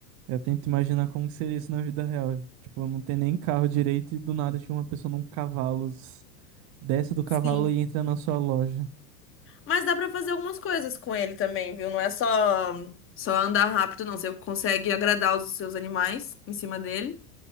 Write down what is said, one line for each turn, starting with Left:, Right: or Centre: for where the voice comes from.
Right: Eu tento imaginar como que seria isso na vida real. Tipo, eu não tenho nem carro direito e do nada chega uma pessoa num cavalo, s- desce do cavalo
Left: Sim.
Right: e entra na sua loja.
Left: Mas dá pra fazer algumas coisas com ele também, viu? Não é só só andar rápido, não. Você consegue agradar os seus animais em cima dele.